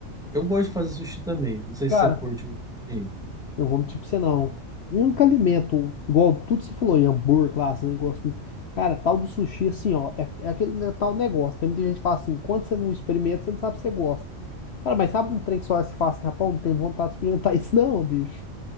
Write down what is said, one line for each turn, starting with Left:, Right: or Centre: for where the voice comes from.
Centre: eu gosto de fazer sushi também. Não sei
Left: Cara,
Centre: se você curte um peixinho.
Left: eu vou mentir pra você não. O único alimento, igual tudo que você falou, aí, hambúrguer, lasanha, eu gosto muito. Cara, tal do sushi, assim, ó, é, é aquele né, tal negócio. Tem muita gente que fala assim, quando você não experimenta, você não sabe se você gosta. Cara, mas sabe um trem que só se fala assim, rapaz, não tem vontade de experimentar <laughs> isso não, bicho.